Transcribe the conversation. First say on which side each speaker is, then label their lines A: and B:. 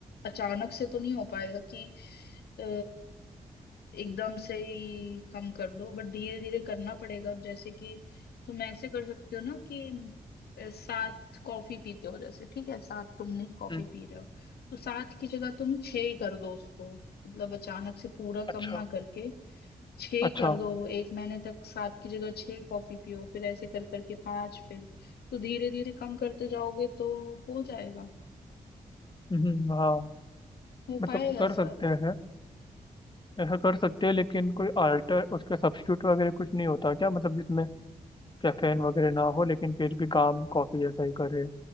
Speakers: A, on the left; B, on the left.
A: अचानक से तो नहीं हो पाएगा कि अ, एकदम से ही कम कर दो बट धीरे धीरे करना पड़ेगा अब जैसे कि तुम ऐसे कर सकते हो ना कि अ, सात कॉफी पीते हो जैसे ठीक है सात तुमने कॉफी
B: हम्म
A: पी रहे हो तो सात की जगह तुम छह ही कर दो उसको मतलब अचानक से पूरा कम
B: अच्छा
A: ना करके छह
B: अच्छा
A: कर दो एक महीने तक सात की जगह छह कॉफी पियो फिर ऐसे कर करके पांच फिर तो धीरे धीरे कम करते जाओगे तो हो जाएगा
B: हम्म, हाँ
A: हो
B: मतलब
A: पाएगा
B: कर सकते
A: सात
B: हैं ऐसा कर सकते हैं लेकिन कोई आल्टर उसका सब्स्टिट्यूट वगैरह कुछ नहीं होता क्या मतलब जिसमें कैफीन वगैरह ना हो लेकिन फिर भी काम कॉफी जैसा ही करे